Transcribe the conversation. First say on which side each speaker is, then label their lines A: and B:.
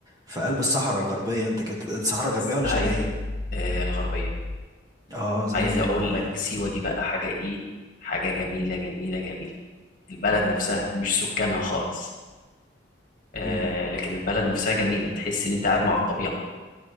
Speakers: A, on the right; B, on the left.
A: في قلب الصحراء الغربية أنت كنت الصحراء
B: بس
A: الغربية ولا
B: عايز
A: شرقية؟
B: آه الغربية
A: أه زي
B: عايز أقول
A: ما
B: لك سيوة دي بقى حاجة إيه؟ حاجة جميلة جميلة جميلة البلد نفسها مش سكانها خالص آه
A: مم.
B: لكن البلد نفسها جميلة تحس إن أنت قاعد مع الطبيعة